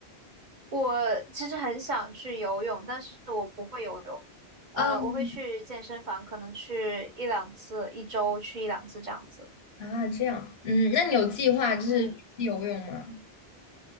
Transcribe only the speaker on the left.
嗯，
啊，这样，嗯，那你有计划就是去游泳吗？